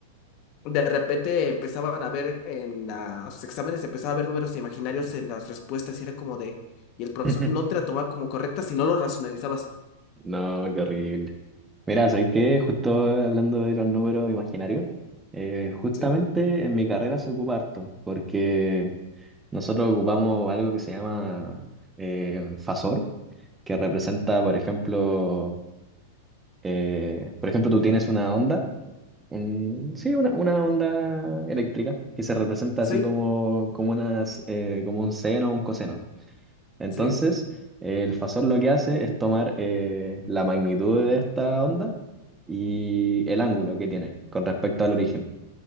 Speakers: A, on the left; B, on the right.
A: De repente empezaban a ver en los exámenes, empezaba a ver números imaginarios en las respuestas y era como de, y el profesor
B: <laughs>
A: no te la tomaba como correcta si no lo racionalizabas.
B: No, qué horrible. Mira, ¿sabes qué? Justo hablando de los números imaginarios, eh, justamente
A: Sí,
B: en mi carrera se ocupa harto, porque nosotros ocupamos algo que se llama eh, fasor, que representa, por ejemplo, eh, por ejemplo, tú tienes una onda, un- sí, una, una onda eléctrica, que se representa
A: sí,
B: así como, como, unas, eh, como un seno o un coseno. Entonces,
A: sí,
B: eh, el fasor lo que hace es tomar eh, la magnitud de esta onda y el ángulo que tiene con respecto al origen.